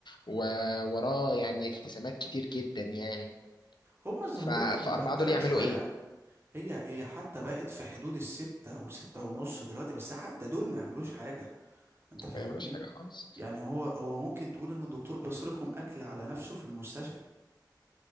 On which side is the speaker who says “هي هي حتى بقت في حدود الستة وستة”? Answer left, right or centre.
Right